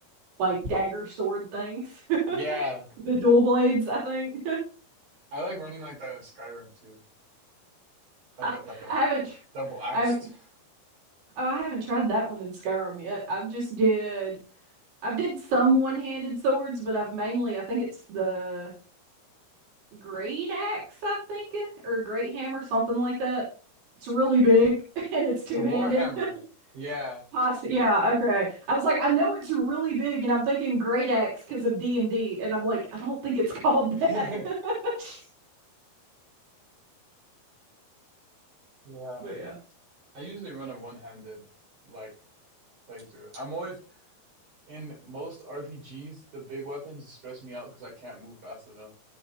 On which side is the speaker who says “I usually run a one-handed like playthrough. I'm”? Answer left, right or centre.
Right